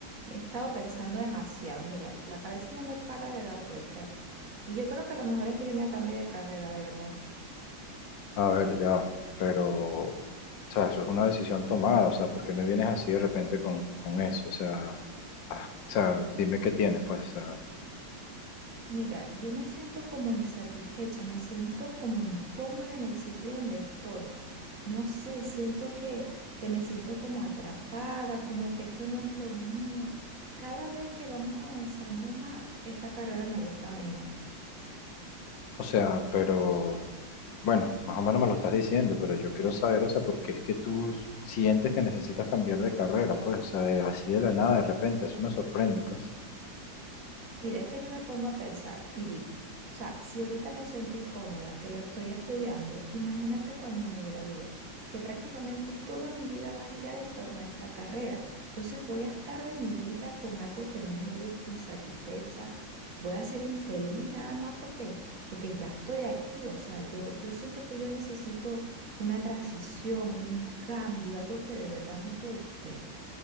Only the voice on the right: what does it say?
He estado pensando demasiado. Mira, la cabeza no me para de dar vueltas. Y yo creo que lo mejor es que yo me cambie de carrera, de verdad.
Mira, yo me siento como insatisfecha, me siento como incómoda en el sitio donde estoy. No sé, siento que, que me siento como atrapada, como que esto no es lo mío. Cada vez que vamos avanzando más, esta carrera me gusta menos.
Mira, es que yo me pongo a pensar y digo, o sea, si ahorita me siento incómoda que lo estoy estudiando, imagínate cuando me gradúe, que prácticamente toda mi vida va a girar en torno a esta carrera. Entonces voy a estar en mi vida con algo que no me gusta, insatisfecha, voy a ser infeliz nada más porque, porque ya estoy aquí. O sea, yo, yo siento que yo necesito una transición, un cambio, algo que de verdad me guste.